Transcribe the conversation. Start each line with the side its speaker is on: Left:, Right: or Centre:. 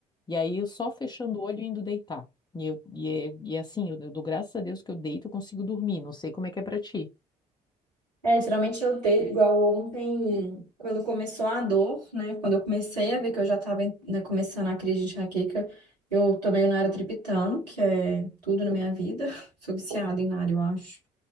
Left: E aí eu só fechando o olho e indo deitar. E, eu, e, é, e é assim, eu, eu dou graças a Deus que eu deito e consigo dormir. Não sei como é que é pra ti.
Right: É, geralmente eu dei, igual ontem, quando começou a dor, né? Quando eu comecei a ver que eu já estava começando a crise de enxaqueca, eu tomei o Naratriptano, que é tudo na minha vida. <laughs> Sou viciada em Nara, eu acho.